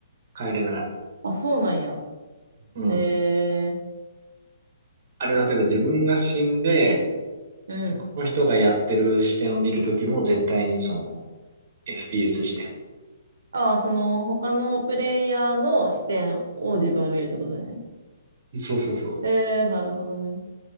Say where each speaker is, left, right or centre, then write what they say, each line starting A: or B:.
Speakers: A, on the right; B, on the right.
A: 変えれない。
B: あ、そうなんや。
A: うん。
B: えー、
A: あれは例えば自分が死んで、
B: うん。
A: この人がやってる視点を見るときも絶対にその FPS 視点。
B: ああ、その他のプレイヤーの視点を自分を見るってことね。
A: そうそうそ
B: えー、なるほどね。